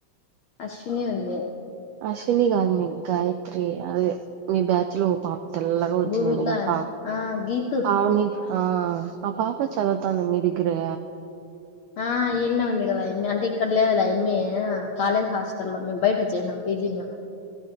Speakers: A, on the left (about 75°); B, on the right (about 85°).
A: అశ్విని అంది
B: అశ్విని కాదు మే గాయత్రి అది మీ బ్యాచ్ లో పాప తెల్లగా వచ్చినయి
A: భూమిక
B: ఈ రోజు
A: ఆమె ఆ గీతు
B: పావు ఆ ఆ పాప చదువుతుండ్యా, మీ దగ్గరే
A: ఆ ఇన్ ఉంది కదా అయామి అంటే ఇక్కడ లేదులే ఏమీ కాలేజ్ హాస్ట లో మేము బయట వచ్చేసినాము పీజీనా